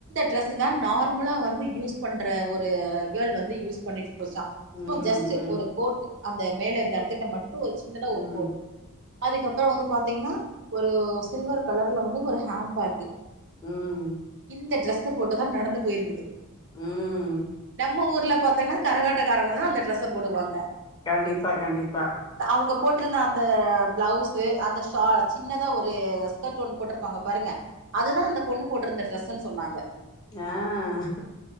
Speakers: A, on the right; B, on the left.
A: ட்ரெஸ்ஸு தான் நார்மலா வந்து யூஸ் பண்ற ஒரு கேர்ள் வந்து யூஸ் பண்ணி போச்சான்
B: ம்
A: ஜஸ்ட் ஒரு கோட் அந்த மேல இந்த எடத்துட்ட மட் டும் ஒரு சின்னதா
B: ம்
A: ஒரு கோட் அதுக்கப்றம் வந்து பாத்தீங்கன்னா ஒரு சில்வர் கலர்ல வந்து ஒரு ஹேண் பேக்
B: உம்
A: இந்த ட்ரெஸு போட்டுதான் நடந்து போயிருக்குது
B: உம்
A: நம்ம ஊர்ல பாத்தேன்னா கரகாட்டக்காரங்க தான் அந்த ட்ரஸ்ஸ போடுவாங்க
B: கண்டிப்பா கண்டிப்பா
A: வுங்க போட்ருந்த அந்த ப்ளவுஸு அந்த சா சின்னதா ஒரு ஸ்கர்ட் ஒன்னு போட்ருப்பாங்க பாருங்க அதுதான் அந்த பொண்ணு போட்ருந்த ட்ரெஸ் ஸு சொன்னாங்க
B: ஆஹ்